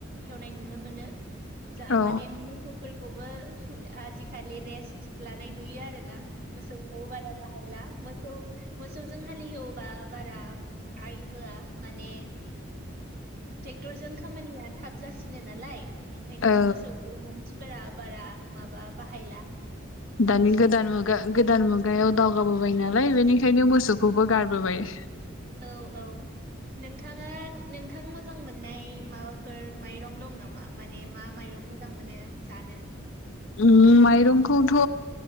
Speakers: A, on the right; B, on the left.
A: हेवनाय नुनो मोनो जा
B: औ
A: माने मोसौफोर खौबो आजिखालि रेस्ट लानाय नुयो आरोना मोसौखौ बारा बाहायला मोसौ मोसौजों हालिहवोबा बारा आइ होआ माने ट्रेक्टरजों खामानिया थाब जासिनो नालाय ओंखायनोथ'
B: औ
A: मोसौखौ मानसिफोरा बारा माबा बाहायला।
B: दानि
A: बिदिनो
B: गोदान मुगा गोदान मुगायाव दावगाबोबाय नालाय बेनिखायनो मोसौखौबो गारबोबाय।
A: औ औ नोंथाङा नोंथांमो जां मोननाय माबाफोर माइरं दं नामा माने मा माइरं मोजां मोनो जानो
B: उम माइरंखौथ'